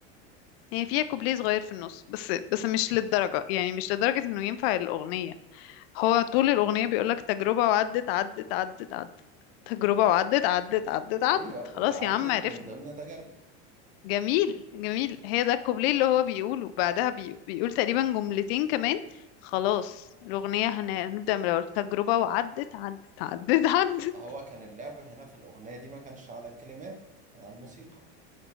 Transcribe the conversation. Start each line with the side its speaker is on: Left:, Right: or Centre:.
Left: هي فيها كوبليه صغير في النص بس بس مش للدرجة يعني مش لدرجة انه ينفع الاغنية هو طول الاغنية بيقولك تجربة وعدت عدت عدت عدت تجربة
Right: أيوه
Left: وعدت عدت عدت عدت
Right: أيوه
Left: خلاص
Right: واتعدت
Left: يا عم عرفنا
Right: من ضمن تجاربي
Left: جميل جميل هي ده الكوبليه اللي هو بيقوله بعدها بي... بيقول تقريبا جملتين كمان خلاص الأغنية هن... هنبدأ من الأول تجربة وعدت عدت عدت <laughs> عدت
Right: فهو كان اللعب هنا في الأغنية دي ما كانش على الكلمات كان على الموسيقى